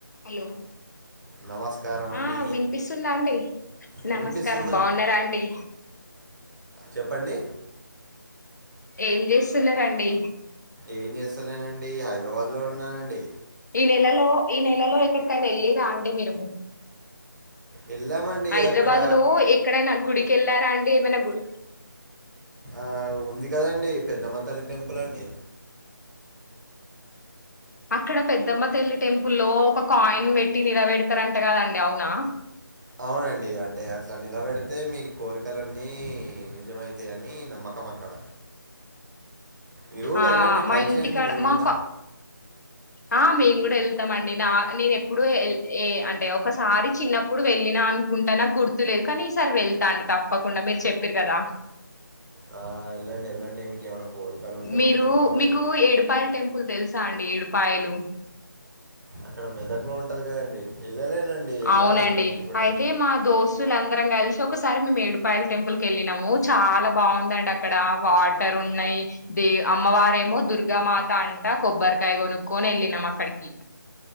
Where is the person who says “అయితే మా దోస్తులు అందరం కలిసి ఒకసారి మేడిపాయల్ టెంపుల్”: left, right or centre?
Left